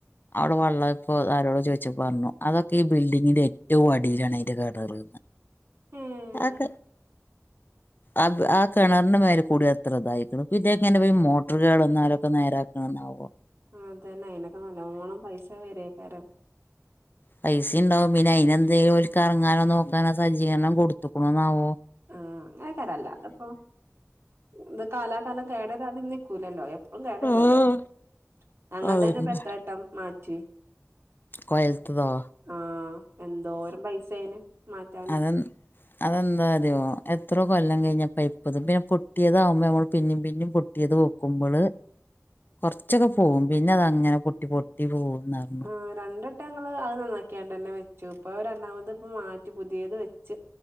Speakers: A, on the left; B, on the right.
A: അവിടെ വെള്ളം ഇപ്പോ ആരോട ചോയിച്ചപ്പ പറഞ്ഞു അതൊക്കെ ഈ ബിൽഡിങ്ങിന്റെ ഏറ്റവും അടിയിലാണ് അയിന്റെ കെണറ്.
B: ഉം
A: ആക്ക് ആപ്പ് ആ കിണറിന്റെ മേല് കൂടി അത്ര ഇതായിക്ക്ണ്. പിന്നെ എങ്ങനെ ഇപ്പ ഈ മോട്ടറ് കേടന്നാലോ ഇപ്പ നേരാക്ക്ണെന്നാവോ?
B: ആ അതന്നെ അയിനൊക്കെ നല്ലോണം പൈസ വെര്യ്ക്കാരം.
A: പൈസിം ഇണ്ടാവും പിന്നെ അയിനെന്തേലും ഓൽക്കെറങ്ങാനോ നോക്കാനോ സജ്ജീകരണം കൊട്ത്ത് ക്ക്ണൊന്നാവോ?
B: ഉം അങ്ങനെക്കാരല്ല അല്ലാതപ്പോ ഇത് കാലാകാലം കേടരാതിം നിക്കൂലല്ലോ എപ്പളും കേടരുല്ലോ
A: ആഹ്
B: ഞങ്ങൾതന്നെ
A: അതന്നെ
B: ഇപ്പം എത്രെട്ടം മാറ്റി.
A: കൊയൽത്തതോ
B: ആഹ് എന്തോരം പൈസായിന് മാറ്റാന്.
A: അതെ അതെന്താ അറിയോ? എത്രോ കൊല്ലം കഴിഞ്ഞാൽ പൈപ്പതു പിന്നെ പൊട്ടിയതാവുമ്പോ നമ്മള് പിന്നിം പിന്നിം പൊ ട്ടിയത് വെക്കുമ്പള് കൊർച്ചൊക്കെ പോവും. പിന്നെ അതങ്ങനെ പൊട്ടി പൊട്ടി പോവുംന്നർഞ്ഞ്.
B: ആ രണ്ടട്ടങ്ങള് അഹ് നന്നാക്കിയാണ്ടന്നെ വെച്ചു. ഇപ്പൊ അഹ് രണ്ടാമത് ഇപ്പ മാറ്റി പുതിയത് വെച്ച്.